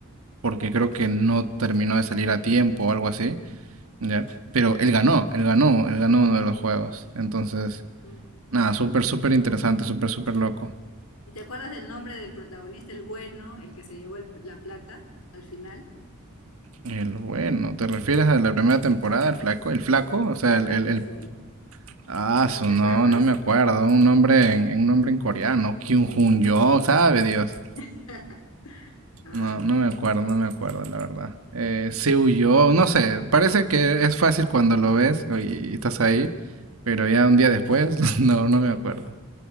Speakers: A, on the right; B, on the left.
A: porque creo que no terminó de salir a tiempo o algo así, ¿ya? Pero él ganó, él ganó, él ganó uno de los juegos. Entonces,
B: Mm.
A: nada, súper, súper interesante, súper, súper loco.
B: ¿Y te acuerdas del nombre del protagonista, el bueno, el que se llevó el- la plata al final?
A: El bueno, ¿te refieres a la primera temporada, el flaco? ¿El flaco? O sea,
B: El flaco,
A: el... el, el...
B: pues.
A: Ah,
B: ¿No
A: su
B: te
A: no,
B: acuerdas?
A: no me acuerdo. Un nombre en, un nombre en coreano. Kyung Jun Yo, sabe Dios.
B: <laughs> Ah,
A: No, no me acuerdo, no me acuerdo, la verdad. Eh, Seo Yo, no sé. Parece que es fácil cuando lo ves y, y estás ahí. Pero ya un día después, <laughs> no, no me acuerdo.